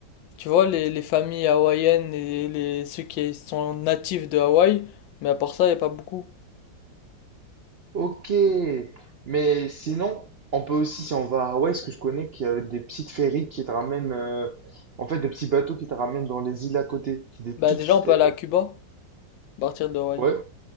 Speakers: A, on the left; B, on the right.
A: tu vois, les, les familles hawaïennes et les, ceux qui sont natifs de Hawaï, mais à part ça, il n'y a pas beaucoup.
B: Ok. Mais sinon, on peut aussi, si on va à Hawaï, ce que je connais, qu'il y a des petites ferries qui te ramènent, euh, en fait, des petits bateaux qui te ramènent dans les îles à côté. C'est des tout
A: Bah, déjà,
B: petites.
A: on peut
B: euh,
A: aller à Cuba, à partir de Hawaï.
B: Ouais.